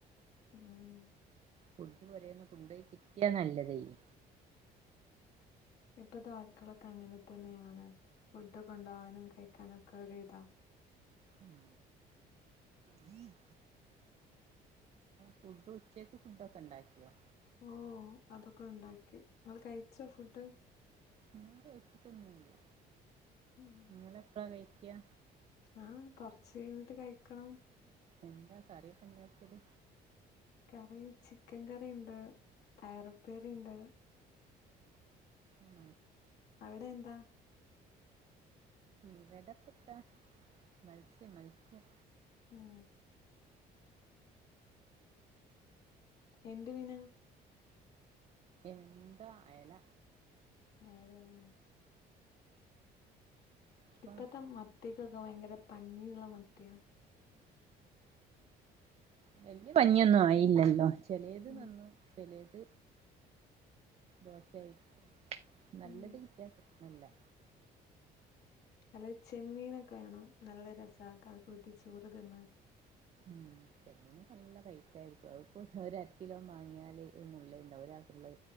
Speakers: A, on the left; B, on the right.
A: ഉം
B: ഫുഡ് പൊരേന്ന് കൊണ്ടേയി കിട്ടിയാ നല്ലതേനി
A: ഇപ്പത്തെ മക്കളൊക്കെ അങ്ങനെ തന്നെയാണ് ഫുഡ് കൊണ്ടോവാനും കഴിക്കാനു ഒക്കെ ഒരു ഇതാ
B: ഉം <inaudible> ഫുഡു ഉച്ചയ്ക്ക് ഫുഡൊക്കെ ഇണ്ടാക്കിയോ
A: ഓ അതൊക്ക ഒണ്ടാക്കി ഇങ്ങള് കഴിച്ചോ ഫുഡ്
B: ഞാന് കഴിച്ചിട്ടൊന്നുല്ല്യ
A: ഉം
B: നിങ്ങള് എപ്പളാ കഴി ക്ക്യാ
A: ആഹ് കൊറ്ച്ച് കഴിഞ്ഞിട്ട് കഴിക്കണം
B: എന്താ കറിയൊക്കെണ്ടാക്കിയത്
A: കറി ചിക്കൻ കറിയിണ്ട് പയറ്പ്പേരിണ്ട്
B: ഉം
A: അവിടെ എന്താ
B: ഇവടപ്പത്താ മത്സ്യം മത്സ്യം.
A: ഏഹ് എന്ത് മീനാ
B: എന്താ അയല
A: അയലയോ.
B: ഇപ്പം
A: ഇപ്പത്തെ മത്തിക്കൊ ക്ഭയങ്കര പഞ്ഞിയുള്ള മത്തിയാ.
B: വല്ല്യ പഞ്ഞിയൊന്നും ആയീല്ലല്ലോ ചെലേത്
A: ഉം
B: വന്നു ചെലേത് മോശായി നല്ലത്
A: ഉം
B: കിട്ട്യാപ്രശ്നല്ല്യ.
A: അല്ലെ ചെമ്മീനൊക്കെ വേണം നല്ല രസാ കാ കൂട്ടി ചോറ് തിന്നാൻ.
B: ഉം ചെമ്മിന് നല്ല റൈറ്റ് ആയിരിക്കും അഅ്പ്പോ ഒരര കിലോ വാങ്ങിയാല് ഒരു മുള്ളിണ്ടാവും ഒരാക്ക്ള്ള